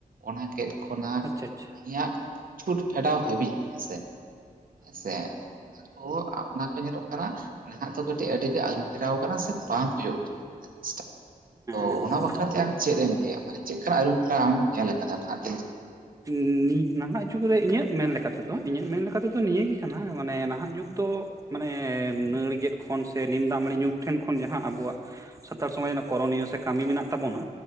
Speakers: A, on the right; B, on the right.
A: ᱚᱱᱟ ᱜᱮᱫ ᱠᱷᱚᱱᱟᱜ
B: ᱟᱪᱪᱷᱟ ᱟᱪᱪᱷᱟ
A: ᱩᱱᱤᱭᱟᱜ ᱪᱷᱩᱴ ᱯᱷᱮᱰᱟᱣ ᱦᱟᱹᱵᱤᱡᱽ ᱦᱮᱸᱥᱮ ᱦᱮᱸ ᱥᱮ ᱚᱱᱟ ᱠᱚ ᱚᱱᱟ ᱠᱚ ᱧᱮᱞᱚᱜ ᱠᱟᱱᱟ ᱱᱟᱦᱟᱸᱜ ᱫᱚ ᱠᱟᱹᱴᱤᱡᱽ ᱟᱹᱰᱤ ᱜᱮ ᱟᱹᱨᱩ ᱯᱷᱮᱨᱟᱣ ᱠᱟᱱᱟ ᱥᱮ ᱵᱟᱝ ᱦᱩᱭᱩᱜ ᱠᱟᱱᱟ ᱚᱱᱟᱡᱤᱱᱤᱥ ᱴᱟᱜ ᱛᱚ
B: ᱦᱮᱸ
A: ᱚᱱᱟ
B: ᱦᱮᱸ
A: ᱵᱟᱠᱷᱨᱟᱛᱮ ᱟᱢ ᱪᱮᱫ ᱮᱢ ᱞᱟᱹᱭᱟ ᱢᱟᱱᱮ ᱪᱮᱫ ᱞᱮᱠᱟᱱᱟᱜ ᱟᱹᱨᱩ ᱯᱷᱮᱨᱟᱣ ᱟᱢᱮᱢ ᱧᱮᱞ ᱟᱠᱟᱫᱟ ᱱᱟᱦᱟᱸᱜ?
B: ᱤᱧ ᱱᱟᱦᱟᱸᱜ ᱡᱩᱜᱽ ᱨᱮ ᱤᱧᱟᱹᱜ ᱢᱮᱱ ᱞᱮᱠᱟ ᱛᱮᱫᱚ ᱤᱧᱟᱹᱜ ᱢᱮᱱ ᱞᱮᱠᱟ ᱛᱮᱫᱚ ᱱᱤᱭᱟᱹ ᱜᱮ ᱠᱟᱱᱟ ᱢᱟᱱᱮ ᱱᱟᱦᱟᱸᱜ ᱡᱩᱜᱽ ᱫᱚ ᱢᱟᱱᱮ ᱱᱟᱹᱲ ᱜᱮᱫ ᱠᱷᱚᱱ ᱥᱮ ᱱᱤᱢ ᱫᱟᱜᱽ ᱢᱟᱹᱲᱤ ᱧᱩ ᱴᱷᱮᱱ ᱠᱷᱚᱱ ᱡᱟᱦᱟᱸ ᱟᱵᱚᱣᱟᱜ ᱥᱟᱱᱛᱟᱲ ᱥᱚᱢᱟᱡᱽ ᱨᱮᱱᱟᱜ ᱠᱚᱨᱚᱱᱤᱭᱚ ᱥᱮ ᱠᱟᱹᱢᱤ ᱢᱮᱱᱟᱜ ᱛᱟᱵᱚᱱᱟ